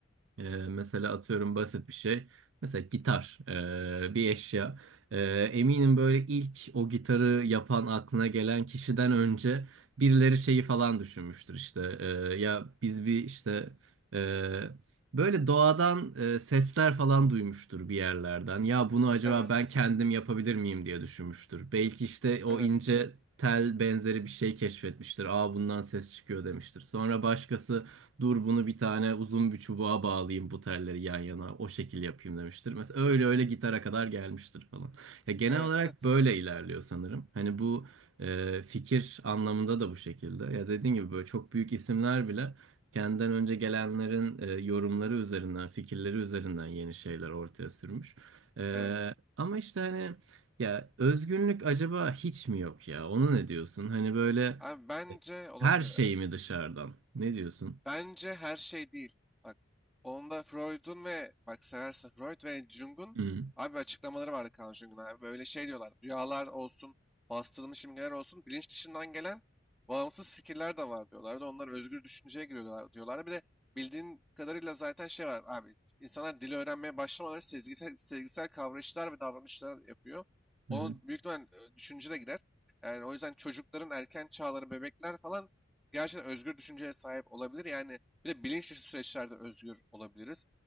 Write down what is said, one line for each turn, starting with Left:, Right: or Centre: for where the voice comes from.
Right: ee, mesela atıyorum basit bir şey. Mesela gitar, ee, bir eşya. Ee, eminim böyle ilk o gitarı yapan aklına gelen kişiden önce birileri şeyi falan düşünmüştür işte. Ee, ya biz bir işte ee, böyle doğadan ee, sesler falan duymuştur bir yerlerden. Ya bunu acaba
Centre: Evet,
Right: ben kendim yapabilir miyim diye düşünmüştür. Belki işte o
Centre: evet.
Right: ince tel benzeri bir şey keşfetmiştir. Aa bundan ses çıkıyor demiştir. Sonra başkası dur bunu bir tane uzun bir çubuğa bağlayayım bu telleri yan yana o şekil yapayım demiştir. Mesela öyle öyle gitara kadar gelmiştir falan. Ya genel
Centre: Evet
Right: olarak
Centre: evet.
Right: böyle ilerliyor sanırım. Hani bu e, fikir anlamında da bu şekilde. Ya dediğin gibi böyle çok büyük isimler bile kendinden önce gelenlerin e, yorumları üzerinden, fikirleri üzerinden yeni şeyler ortaya sürmüş. E,
Centre: Evet.
Right: ama işte hani ya özgünlük acaba hiç mi yok ya? Onu ne diyorsun? Hani böyle
Centre: Abi bence
Right: e,
Centre: olabilir
Right: her şey
Centre: evet.
Right: mi dışarıdan? Ne diyorsun?
Centre: Bence her şey değil. Bak onda Freud'un ve bak seversen Freud ve Jung'un
Right: Hı
Centre: abi açıklamaları vardı Carl Jung'un abi. Böyle şey diyorlar. Rüyalar olsun, bastırılmış imgeler olsun, bilinç dışından gelen bağımsız fikirler de var diyorlardı. Onlar özgür düşünceye giriyorlar diyorlar. Bir de bildiğin kadarıyla zaten şey var abi. İnsanlar dili öğrenmeye başlamaları sezgisel, sezgisel kavrayışlar ve davranışlar yapıyor. Onun
Right: hı
Centre: büyük ihtimal e, düşünce de girer. Yani o yüzden çocukların erken çağları, bebekler falan gerçekten özgür düşünceye sahip olabilir. Yani bir de bilinç dışı süreçlerde özgür olabiliriz.